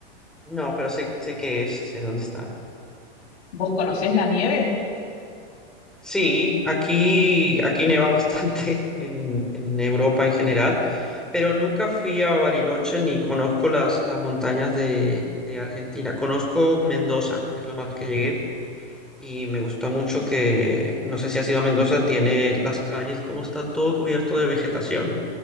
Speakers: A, in the centre; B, on the left (about 75°).
A: No, pero sé, sé qué es, sé dónde está.
B: ¿Vos conocés la nieve?
A: Sí, aquí, aquí neva bastante <laughs> en, en Europa en general. pero nunca fui a Bariloche ni conozco las, las montañas de, de Argentina. Conozco Mendoza, es lo más que llegué. Y me gustó mucho que, no sé si has ido a Mendoza, tiene las calles, como está todo cubierto de vegetación.